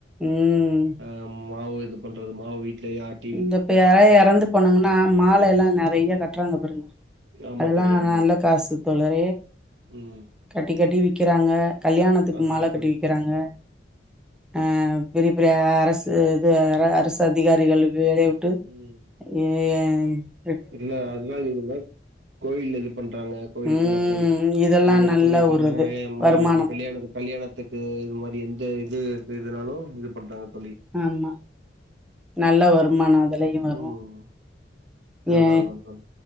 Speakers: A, in the centre; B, on the right (about 80°).
A: ம்
B: ஆ மாவு இது பண்றது மாவு வீட்லயே ஆட்
A: இந்த இப்ப யாராவது எறந்து போனாங்கன்னா மால எல்லா நெறைய கட்றாங்க பாருங்க
B: ஆமா
A: அதுலா
B: தோழி ஆமா
A: நல்ல காசு போல
B: ம்
A: கட்டி கட்டி விக்கிறாங்க கல்யாணத்துக்கு
B: அதா
A: மால கட்டி
B: தோழி
A: விக்கிறாங்க ஆ பெரிய பெரிய அரசு இது அரசு அதிகாரிகளுக்கு வேலய விட்
B: ம்
A: ஏ
B: இல்ல அதுதா இருங்க கோயில்ல இது பண்றாங்க கோயில்
A: ம்
B: கொளங்கள்
A: இதெல்லா
B: இது மாரி
A: நல்ல
B: கோயில் தனியா
A: ஒரு இது வருமானம்
B: கல்யாணத்துக்கு இது மாரி எந்த இது செய்றதுனாலு இது பண்றாங்க தோழி
A: ஆமா நல்ல வருமானோ அதுலயு வரு
B: ம்
A: ஏ
B: அதா அதா தோழி